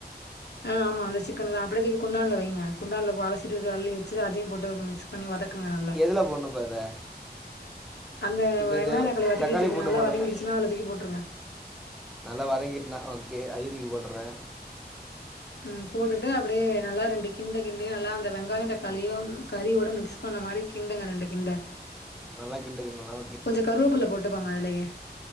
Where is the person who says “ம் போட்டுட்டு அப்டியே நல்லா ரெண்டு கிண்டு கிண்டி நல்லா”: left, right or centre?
Left